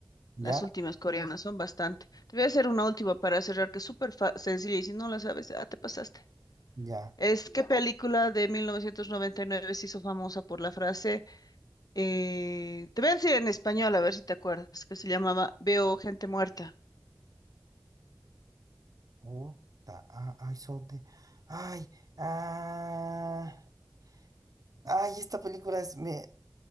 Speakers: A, on the right; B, on the left.
A: ya,
B: las últimas coreanas son bastante. Te voy a hacer una última para cerrar, que es súper fa- sencilla, y si no la sabes, ah, te pasaste.
A: ya.
B: Es que película de 1999 se hizo famosa por la frase, eh, te voy a decir en español, a ver si te acuerdas, que se llamaba Veo gente muerta.
A: Puta, ah, ay, so te- ay, ah, ay, esta película es, me,